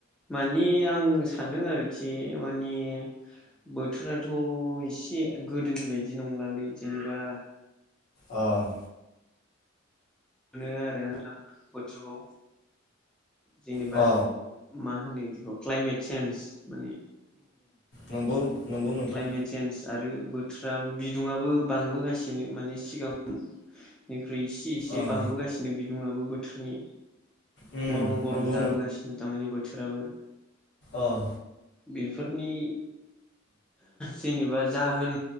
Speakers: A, in the centre; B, on the left.
A: माने आं सानदों आरोखि माने बोथोराथ' थ' एसे गोदोनि बायदि नंलालै जेनेबा
B: अह
A: मोनो आरो नोंथां बोथोरखौ जेनेबा
B: अ
A: मा होनो बिखौ क्लाइमेट चेन्ज मानि
B: नंगौ नंगौ नोंथां
A: क्लाइमेट चेन्ज आरो बोथ बाथ्रा बिदुङाबो बांबोगासिनो माने सिगांनिख्रुइ इसे इसे एसे
B: ओं
A: बांबोगासिनो बिदुङाबो बोथोरनि
B: उम
A: गरम गरम
B: नंगौ
A: जाबोगासिनो दा मानि बोथोराबो
B: अह
A: बेफोरनि जेनेबा जाहोन